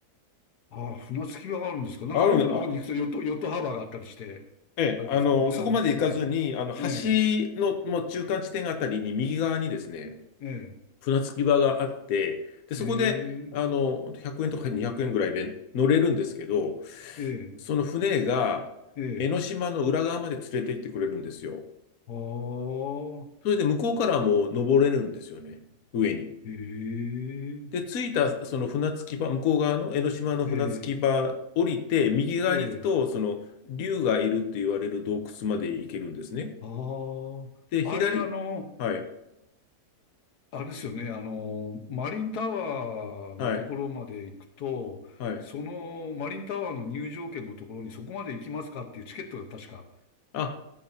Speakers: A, on the left (about 80°); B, on the left (about 70°).
A: ああ、船着き場があるんですか。なんか奥の方に行くとヨット、
B: ある、あ、
A: ヨットハーバーがあったりして、
B: ええ、
A: あれですけどね、
B: あの、そこまで行かずに、
A: ありますけどね。
B: あの、橋
A: ええ、
B: のもう中間地点あたりに右側にですね、
A: ええ、
B: 船着き場があって、で、そこで、
A: え
B: あの、
A: え、
B: ほんと100円とか200円ぐらいで乗れるんですけど、
A: ええ、
B: その船が江ノ島の裏側まで連れて行ってくれるんですよ。
A: ええ、ああ、
B: それで向こうからも登れるんですよね、上に。
A: ええ、
B: で、着いたその船着き場、向こう側の江ノ島の船着き場降りて、
A: ええ、
B: 右側に行くと、
A: ええ、
B: その竜がいるって言われる洞窟まで行けるんですね。
A: ああ。
B: で、左、
A: あれ、あの、
B: はい、
A: あれですよね、あの、マリンタワーのところまで行くと、
B: はい、はい。
A: そのマリンタワーの入場券のところにそこまで行きますかっていうチケットが確か
B: あ、